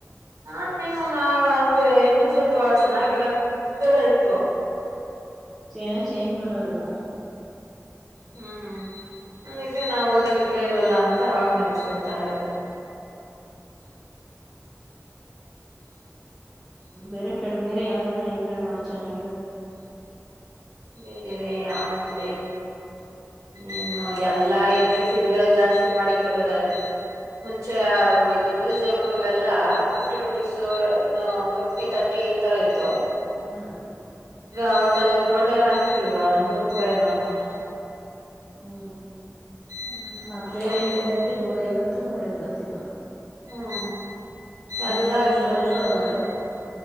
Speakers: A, on the right; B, in the centre.
A: ಹಾ ನೀನು ನಾ ನ್ಗೆ ಇನ್ನೊಸ್ವಲ್ಪ ಚೆನ್ನಾಗಿರತ್ತರ ಇತ್ತು.
B: ಚೇನೋ ಚೇಂಜ್ ಮಾಡವ್ರೆನೊ.
A: ಹ್ಮ್ ಅನಕ್ಕೆ ನಾ್ ಹೋದಾಗಿರ್ಲೆ ಇಲ್ವಲ್ಲ ಅಂತ ಅವಾಗ್ ನೆನ್ಸ್ಕೊಂತ ಇದ್ದೆ.
B: ಬೇರೆ ಕಡ್ ಬೇರೆ ಯಾವ್ದನ ಇದ್ರೆ ನೋಡು ಚೆನ್ನಾಗಿರೋದು.
A: ಬೇರೆ ಯಾವ್ದಿದೆ ಇನ್ನು ಎಲ್ಲಾ ಎಂಟ್ರಿ ಫೀಸ್ಗಳು ಜಾಸ್ತಿ ಮಾಡಿಕರದಾರೆ ಮುಂಚೆ ಇದು ಮ್ಯೂಸಿಯಂ ಇವೆಲ್ಲಾ ಫಿಫ್ಟಿ ರುಪೀಸು ಫಿಫ್ಟಿ ತರ್ಟಿ ಇತರ ಇತ್ತು.
B: ಹ್ಮ್
A: ಅವತ್ತಲ್ ಕ ಏನೊ ಹಾಕಿರ್ಲಿಲ್ವಾ ಇನ್ನೂರೂಪಾಯಿನೊ ಅಂತ.
B: ಹ್ಮ್
A: ಹ್ಮ್
B: ಅಕ್ವೇರಿಯಂ
A: ಅಷ್ಟೊಂದು ಕೊಟ್
B: ಇದ್ರಲ್ಲಿ ನೂರೈವತ್ತು ತ್ತ ನೂರೆಂಬತ್ತೇನೊ
A: ಹ್ಮ ಎಲ್ಲಾ
B: ಮ್ಯೂಸಿಯಂ
A: ಇಷ್ಟೊಂದ್
B: ಅಲ್ಲೂ
A: ಇಷ್ಟೊ
B: ಅಷ್ಟೇ
A: ಮಾಡಿದೆ